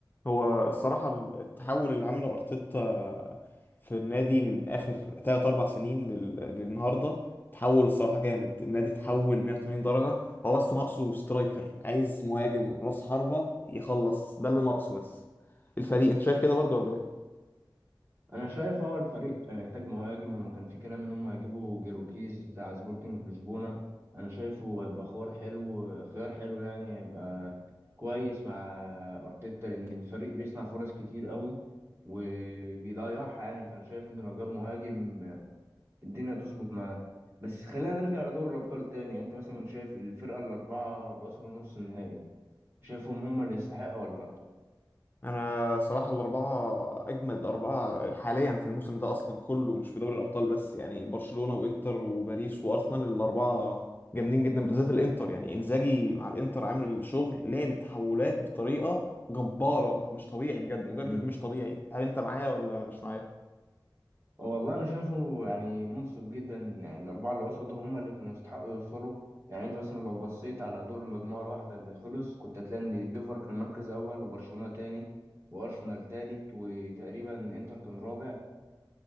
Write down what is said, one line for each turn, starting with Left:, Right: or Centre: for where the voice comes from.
Left: هو الصراحة التحول اللي عمله أرتيتا في النادي من آخر تلات أربع سنين لل- للنهاردة تحول الصراحة جامد النادي تحول 180 درجة هو بس ناقصه سترايكر عايز مهاجم رأس حربة يخلص ده اللي ناقصه بس الفريق أنت شايف كده برضو ولا إيه؟
Right: انا شايف اه الفريق محتاج مهاجم هما كان في كلام ان هم هيجيبوا جيروكيز بتاع سبورتنج لشبونه انا شايفه هيبقى خيار حلو خيار حلو يعني هيبقى كويس مع ارتيتا لان الفريق بيصنع فرص كتير قوي وبيضيعها يعني فانا شايف ان لو جاب مهاجم الدنيا تظبط معاه بس خلينا نرجع لدوري الابطال تاني يعني انت مثلا شايف الفرقه الاربعه اللي وصلوا نص النهائي شايفهم هم اللي يستحقوا ولا
Left: انا صراحه الاربعه اجمد اربعه حاليا في الموسم ده اصلا كله مش في دوري الابطال بس يعني برشلونه وانتر وباريس وارسنال الاربعه جامدين جدا بالذات الانتر يعني انزاجي مع الانتر عامل الشغل لعب تحولات بطريقه جباره مش طبيعي بجد مدرب
Right: لا
Left: مش طبيعي هل انت معايا ولا مش معايا
Right: والله انا شايفه يعني منصف جدا يعني الاربعه اللي وصلوا دول هم اللي كانوا يستحقوا يوصلوا يعني انت مثلا لو بصيت على دور المجموعه الواحده اللي خلص كنت هتلاقي ان الليفر كان مركز اول وبرشلونه تاني وارسنال تالت وتقريبا انتر كان رابع